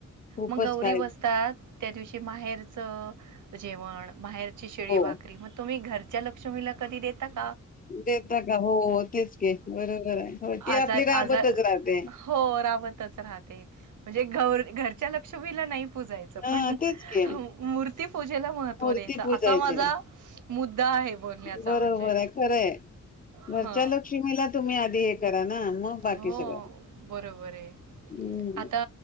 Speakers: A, on the left; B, on the right.
A: खूपच
B: मग गौरी
A: काय
B: बसतात, त्या दिवशी माहेरच जेवण बाहेरची शिळी
A: हो.
B: भाकरी मग तुम्ही घरच्या लक्ष्मीला कधी देतात?
A: देता का, हो तेच की बरोबर आहे हो. ती
B: आज
A: आपली
B: आज
A: राबतच राहते.
B: हो राबतच राहते, म्हणजे घरच्या लक्ष्मी नी ला नाही. पुजायचं
A: हां,
B: पण
A: तेच की.
B: मूर्ती पूजेला महत्व
A: मूर्ती
B: द्यायच असा
A: पूजायची.
B: माझा मु द्दा आहे बोलण्याचा
A: बरोबर
B: म्हणजे.
A: आहे खरंय घरच्या
B: ह.
A: लक्ष्मीला तुम्ही आधी हे करा ना मग बाकी
B: हो
A: सगळं
B: बरोबर आहे
A: हम्म
B: आता